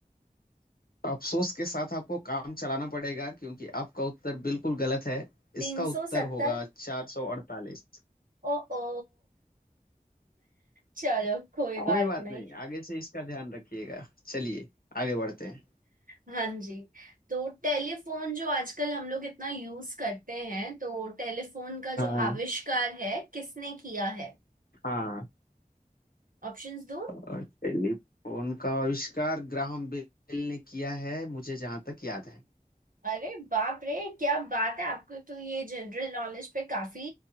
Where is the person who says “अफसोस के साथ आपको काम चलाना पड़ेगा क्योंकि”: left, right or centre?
Left